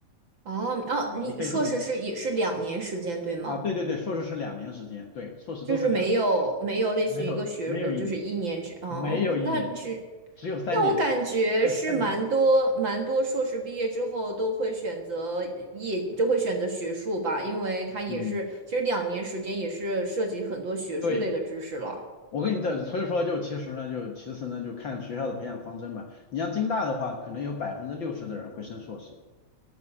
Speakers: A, on the right (about 50°); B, on the left (about 55°).
A: 哦哦，
B: 嗯你可以这么理解
A: 你硕士是也是两年时间，对吗？
B: 啊，对对对，硕士是两年时间，对，硕士都是两，
A: 就是没有没有类似于一个学呃，
B: 没有没有一年，
A: 就是一年制哦，
B: 没有一年，
A: 那是
B: 只有三年，
A: 那我感觉是蛮多蛮多硕士毕业之后都会选择业，
B: 还有三年，
A: 都会选择学术吧，因为它也是其实两年时间也是涉及很多学术类的知识了。
B: 嗯，对，我跟你的，所以说就其实呢，就其实呢，就看学校的培养方针嘛，你像京大的话，可能有百分之六十的人会升硕士，